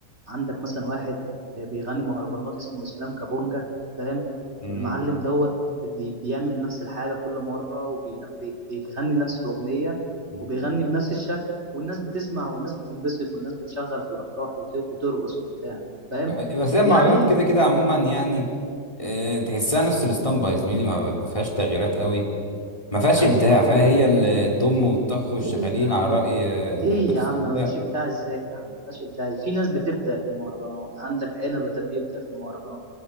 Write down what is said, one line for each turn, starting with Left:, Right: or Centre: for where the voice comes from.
Right: عندك مثلا واحد آه، بيغني مهرجانات اسمه اسلام كابونجا فاهم
Left: امم
Right: المعلم دوت بي- بيعمل نفس الحاجه كل مره وبيغني نفس الاغنيه
Left: أمم.
Right: وبيغني بنفس الشكل والناس بتسمع والناس بتنبسط والناس بتشغل في الافراح وت- وترقص وبتاع فاهم
Left: ف- بس هي المهرجانات
Right: يعني
Left: كده كده عموما يعني آه، تحسها نفس الاسطمبة يا زميلي ما ما فيهاش تغييرات قوي ما فيهاش
Right: ايوه
Left: ابداع
Right: ايوه
Left: فيها هي
Right: ايوه
Left: ال- الضم والطخ
Right: ليه
Left: والشخاليل
Right: يا عم
Left: على راي آه،
Right: ليه
Left: باتيستوتا
Right: يا عم ما فيهاش ابداع ازاي يا عم ما فيهاش ابداع في ناس بتبدا في المهرجانات عندك عنبه ده بيبدا في المهرجانات